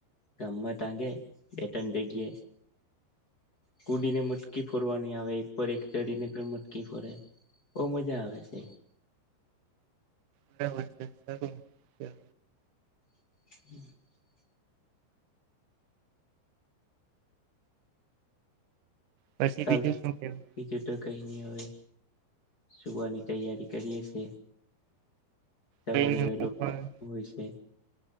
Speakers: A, on the left; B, on the right.
A: ગામમાં ટાંગે બેટણ જગએ કૂદીને મટકી ફોરવાની આવે એક પર એક ચડીને પણ મટકી ફોરે બહ મજા આવે છે
B: બરાબર છે સ
A: <inaudible>
B: પછી
A: ચાલ
B: બીજું શું કેવું
A: બીજું તો કઈ ન હવે સુવાની તૈયારી કરીએ છે સવારે
B: કઈ નહી
A: વહેલું
B: હું પણ
A: હોય છે